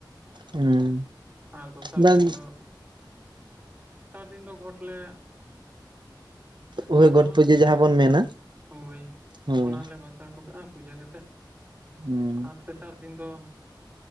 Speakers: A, on the right; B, on the right.
A: ᱦᱩᱸ
B: ᱟᱨ ᱫᱚᱥᱟᱨ
A: ᱵᱟᱝ
B: ᱫᱤᱱ ᱫᱚ ᱫᱤᱱ ᱫᱚ ᱜᱷᱚᱴ ᱞᱮ
A: ᱦᱳᱭ
B: ᱵᱟᱥᱟᱣᱟ
A: ᱜᱚᱴ ᱯᱩᱡᱟᱹ ᱡᱟᱦᱟᱸ ᱵᱚᱱ ᱢᱮᱱᱟ
B: ᱦᱳᱭ
A: ᱦᱳᱭ
B: ᱚᱱᱟ ᱨᱮᱞᱮ ᱵᱟᱥ ᱯᱩᱡᱟᱹ ᱠᱟᱛᱮᱫ
A: ᱦᱩᱸ
B: ᱟᱨ ᱛᱮᱥᱟᱨ ᱫᱤᱱ ᱫᱚ